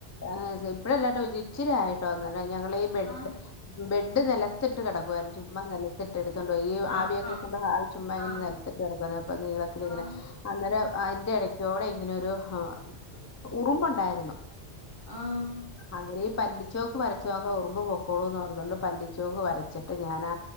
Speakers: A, on the left (about 20°); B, on the left (about 85°).
A: ആഹ് - ഇപ്പോഴല്ലാട്ടോ ഒരുച്ചിരിയായ്- <unintelligible> ഞാൻ - <unintelligible>
B: ആ
A: ബെഡ് നെലത്തിട്ട് കെടക്കുവായിരുന്നു ചുമ്മാ നെലത്ത് ട്ട് എടുത്തോണ്ട് പോയി ഈ
B: ആ
A: ആവിയൊക്കെ
B: ആ
A: കൊണ്ട് ഹാൾ ചുമ്മാ ഇങ്ങനെ
B: ആ
A: നെലത്ത്ട്ട് കെട്ക്കുവായിരുന്നു അപ്പോ നീളത്തിലിങ്ങനെ
B: ആ ആ
A: അന്നേരം അയിന്റെ എട ച്ചോടെ ഇങ്ങനൊരു ഹ്ആ ഉറുമ്പൊണ്ടാര്ന്നു-
B: ആഹ്-
A: അങ്ങരീ പല്ല്- ചോക്ക് വരചോക്ക് ഉറുമ്പു പൊക്കോളൂന്ന് പറഞ്ഞൊണ്ട് പല്ലിച്ചോക്ക് വരച്ചിട്ട് ഞാനാ